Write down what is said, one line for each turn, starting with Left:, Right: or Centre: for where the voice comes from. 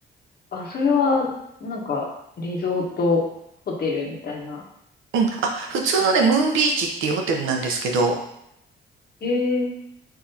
Left: あ、それは、なんか、リゾートホテルみたいな。
Right: うん。あ、普通のね、ムーンビーチっていうホテルなんですけど、
Left: ええ